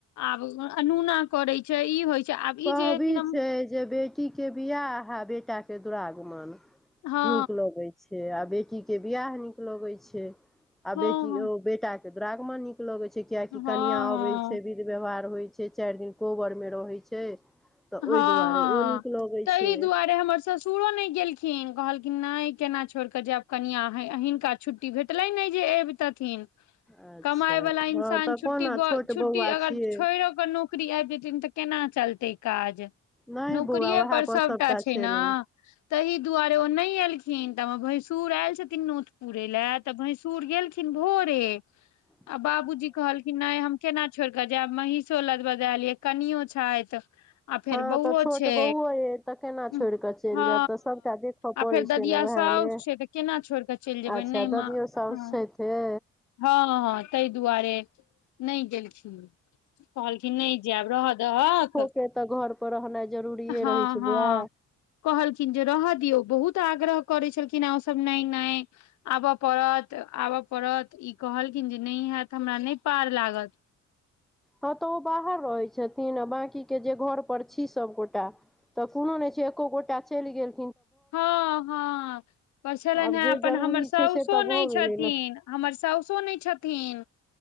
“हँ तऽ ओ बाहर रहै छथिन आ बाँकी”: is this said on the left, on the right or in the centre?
Centre